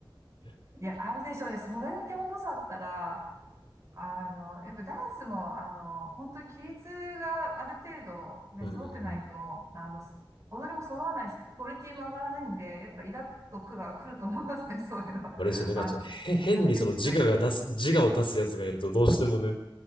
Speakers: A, on the left (about 70°); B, on the right (about 35°).
A: <laughs>
B: いや、あるでしょうね。それだけ温度差あったら、あの、やっぱダンスも、あの、本当に規律がある程度ね、
A: うん。
B: 揃ってないと、あの、踊りも揃わないし、クオリティも上がらないんで、やっぱイラッとくが来ると思いますね、<laughs> そういうのは。
A: あれですよね、
B: あの、
A: なんかちょっとへ変にその自我が出す、
B: やってる人たち
A: 自我を出すやつがいるとどうしてもね。